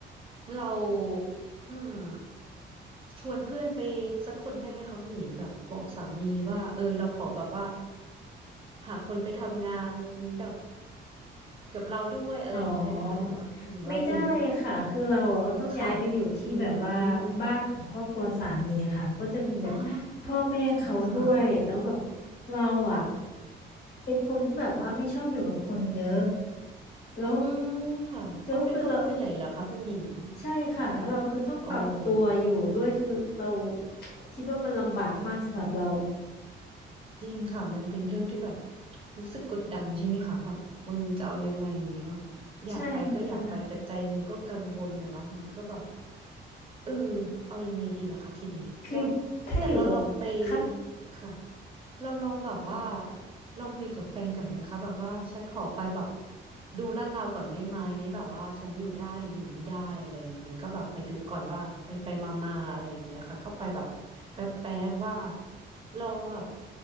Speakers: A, on the right; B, on the left.
A: เราอืมชวนเพื่อนไปสักคนได้ไหมคะคุณหญิงแบบบอกสามีว่าเออเราขอแบบว่าหาคนไปทำงานแบบกับเราด้วยอะไรอย่างนี้ได้ไหมคะหรือว่าหรือว่าเป็น
B: อ๋อไม่ได้ค่ะคือเราอะก็ต้องย้ายไปอยู่ที่แบบว่าบ้านของครอบครัวสามีอะค่ะก็จะเป็นแบบพ่อแม่เขาด้วยแล้วแบบ
A: ค่ะอืม อ่าค่ะ
B: เราอ่ะ
A: ค่ะ
B: เป็นคนที่แบบว่าไม่ชอบอยู่กับคนเยอะแล้ว
A: อืมค่ะเขาเป็นครอบครัวใหญ่เหรอคะคุณหญิง
B: แล้วคือเราใช่ค่ะแล้วเราคือต้องปรับตัวอยู่ด้วยคือเรา
A: โอ้
B: คิดว่ามันลำบากมากสำหรับเรา
A: จริงค่ะ มันเป็นเรื่องที่แบบรู้สึกกดดันใช่ไหมคะแบบมืออจะเอายังไงอย่างเงี้ยเนาะอยากไปก็อยากไปแต่ใจหนึ่งก็กังวลนะเนาะมันก็แบบ
B: ใช่ค่ะ
A: เออเอายังไงดีล่ะคะทีนี้ก็
B: คือถ้าอยู่กับค่ะ
A: แต่เราลองไปค่ะ เราลองแบบว่าลองคุยกับแฟนก่อนไหมคะแบบว่าฉันขอไปแบบดูลาดเราก่อนได้ไหมแบบว่าฉันอยู่ได้หรืออยู่ไม่ได้อะไรอย่างเงี้ยก็แบบไปดูก่อนว่าไปไปมามาอะไรอย่างเงี้ยค่ะก็ไปแบบแป๊บแป๊บว่าลองแบบ